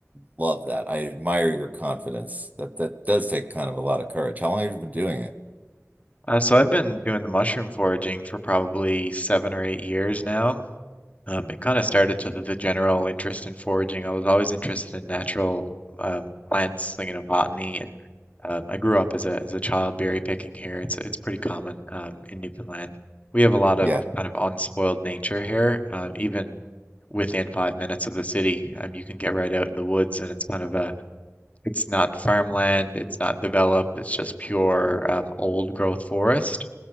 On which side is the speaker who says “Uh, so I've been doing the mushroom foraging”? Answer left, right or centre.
Left